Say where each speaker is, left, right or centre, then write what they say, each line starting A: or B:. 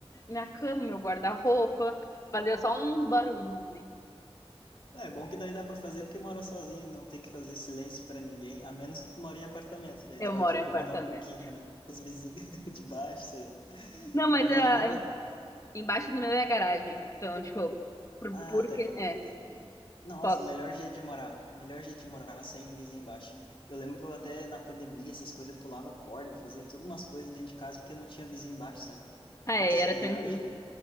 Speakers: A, on the left (about 30°); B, on the left (about 55°).
A: minha cama, meu guarda-roupa, fazia só uns barulhos, assim.
B: É bom que daí dá pra fazer porque mora sozinho, não tem que fazer silêncio pra ninguém, a menos que tu mora em apartamento, daí
A: Eu
B: tu
A: moro
B: vai te
A: em
B: incomodar
A: apartamento.
B: um pouquinho, né? Com os vizinhos <laughs> de baixo, sei lá.
A: Não, mas
B: Não dá
A: ah,
B: nem pra botar
A: embaixo do meu é a garagem, então, tipo, por,
B: Ah,
A: porque,
B: tá de boa,
A: é,
B: tá de boa. Nossa,
A: posso.
B: melhor jeito de morar. É melhor jeito de morar sem vizinho embaixo. Eu lembro que eu até na pandemia, essas coisas, eu pulava corda, eu fazia todas umas coisas dentro de casa porque não tinha vizinho embaixo, sabe?
A: Ah,
B: Nossa,
A: é, era
B: melhor,
A: tranquilo.
B: je-